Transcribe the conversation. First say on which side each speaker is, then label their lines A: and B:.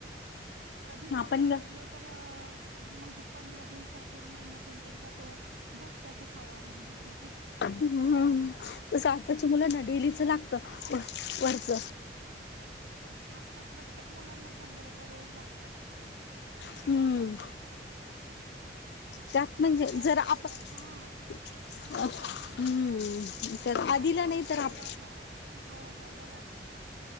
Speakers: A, on the right; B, on the left.
A: कधीतरी
B: आपण
A: रडलो तर म्हणजे पंधरा दिवसातून महिन्यातून एकदा तो भत्त्याच खवा आणून देत होते.
B: हम् तसं आताच्या मुलांना डेलीचं लागतं वरच
A: आता प्रत्येक मुलांना शंभर रुपये रोज लागतो.
B: हम्म त्यात
A: बघा
B: म्हणजे
A: त्याचबरोबर
B: जरा आपण
A: हा
B: हम्म तर
A: त्याचबरोबर
B: आधीला नाही तर
A: आपण
B: आप
A: हो हो बोला ना